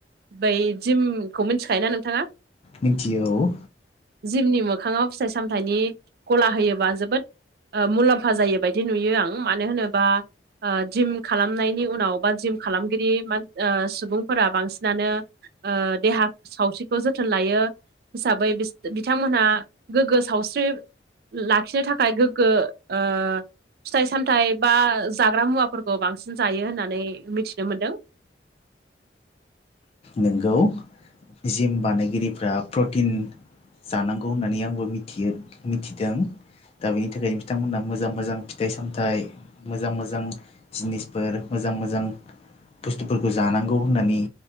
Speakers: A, on the right; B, on the left.
A: बै जिमखौ मिथिखायोना नोंथाङा?
B: मिथियो औ
A: जिमनि मोखाङाव फिथाइ सामथायनि गला होयोबा जोबोद ओ मुलाम्फा जायो बायदि नुयो आं मानो होनोबा ओ जिम खालामनायनि उनाव बा जिम खालामगिरि बा ओ सुबुंफोरा बांसिनानो ओ देहा सावस्रिखौ जोथोन लायो। हिसाबै बिथांमोनहा गोग्गो सावस्रि लाखिनो थाखाय गोग्गो ओ फिथाइ सामथायाइ बा जाग्रा मुवाफोरखौ बांसिन जायो होननानै मिथिनो मोन्दों।
B: नोंगौ जिम बानायगिरिफ्रा प्रटिन जानांगौ होननानै आंबो मिथियो मिथिदों। दा बेनि थाखायनो बिथांमोनहा मोजां मोजां फिथाइ सामथाइ मोजां मोजां जिनिसफोर मोजां मोजां बुस्थुफोरखौ जानांगौ होननानै